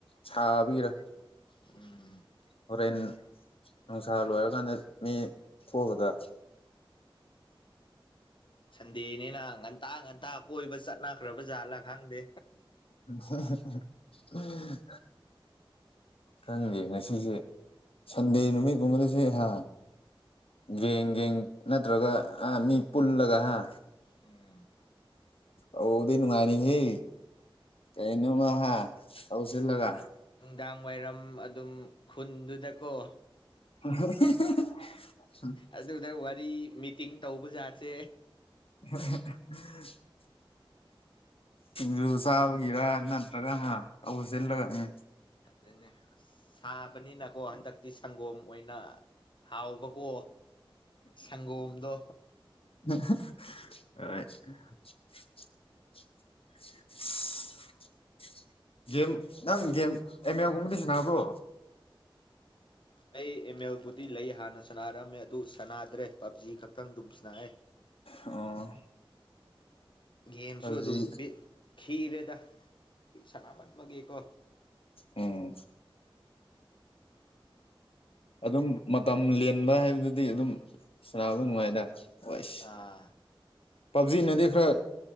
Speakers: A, on the left (about 80°); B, on the left (about 60°).
A: ꯁꯥꯕꯩꯔꯥ
B: ꯎꯝ
A: ꯍꯣꯔꯦꯟ ꯅꯨꯡꯁꯥ ꯂꯣꯏꯔꯀꯥꯟꯗ ꯃꯤ ꯊꯣꯛꯑꯒꯗ꯭ꯔ
B: ꯁꯟꯗꯦꯅꯤꯅ ꯉꯟꯇꯥ ꯉꯟꯇꯥ ꯀꯣꯏꯕ ꯆꯠꯅꯈ꯭ꯔꯕ ꯖꯥꯠꯂꯥ ꯈꯪꯗꯦ
A: ꯍꯝ ꯍꯝ ꯍꯝ ꯈꯪꯗꯦ ꯉꯁꯤꯁꯦ ꯁꯟꯗꯦ ꯅꯨꯃꯤꯠꯀꯨꯝꯕꯗꯁꯦ ꯍꯥ ꯒꯦꯡ ꯒꯦꯡ ꯅꯠꯇ꯭ꯔꯒ ꯑ ꯃꯤ ꯄꯨꯜꯂꯒ ꯍꯥ
B: ꯎꯝ
A: ꯑꯧꯗꯤ ꯅꯨꯡꯉꯥꯏꯅꯤꯍꯦ ꯀꯩꯅꯣꯃ ꯍ ꯂꯧꯁꯤꯜꯂꯒ
B: ꯅꯨꯡꯗꯥꯡ ꯋꯥꯏꯔꯝ ꯑꯗꯨꯝ ꯈꯨꯟꯗꯨꯗꯀꯣ
A: <unintelligible>
B: ꯑꯗꯨꯗ ꯋꯥꯔꯤ ꯃꯤꯇꯤꯡ ꯇꯧꯕꯖꯥꯠꯁꯦ
A: ꯑꯝꯍꯝ <unintelligible> ꯌꯗꯨ ꯆꯕꯒꯔ ꯅꯠꯇ꯭ꯔꯒ ꯑꯁꯜꯒ ꯎꯝ
B: ꯑꯗꯨꯅꯦ ꯑꯁ ꯁꯥꯕꯅꯤꯅꯀꯣ ꯍꯟꯗꯛꯇꯤ ꯁꯪꯒꯣꯝ ꯑꯣꯏꯅ ꯍꯥꯎꯕꯀꯣ ꯁꯪꯒꯣꯝꯗꯣ
A: <unintelligible> <unintelligible> ꯒꯦꯝ ꯅꯪ ꯒꯦꯝ ꯑꯦꯝ ꯑꯦꯒꯨꯝꯕꯗꯤ ꯁꯅꯕ꯭ꯔꯣ
B: ꯑꯩ ꯑꯦꯃꯦꯜꯕꯨꯗꯤ ꯂꯩ ꯍꯥꯟꯅ ꯁꯥꯟꯅꯔꯛꯑꯝꯃꯦ ꯑꯗꯨ ꯁꯥꯟꯅꯗ꯭ꯔꯦ ꯄꯞꯖꯤ ꯈꯛꯇꯪ ꯑꯗꯨꯝ ꯁꯅꯑꯦ
A: ꯑꯣ
B: ꯒꯦꯝꯁꯨ
A: ꯄꯞꯖꯤ
B: ꯑꯗꯨꯝ ꯈꯤꯔꯦꯗ ꯁꯥꯟꯅꯃꯟꯕꯒꯤꯀꯣ
A: ꯎꯝ ꯑꯗꯨꯝ ꯃꯇꯝ ꯂꯦꯟꯕ ꯍꯥꯏꯕꯗꯨꯗꯤ ꯑꯗꯨꯝ ꯁꯥꯕ ꯅꯨꯡꯉꯥꯏꯅ ꯍꯁ
B: ꯑꯥ
A: ꯄꯞꯖꯤꯅꯗꯤ ꯈꯔ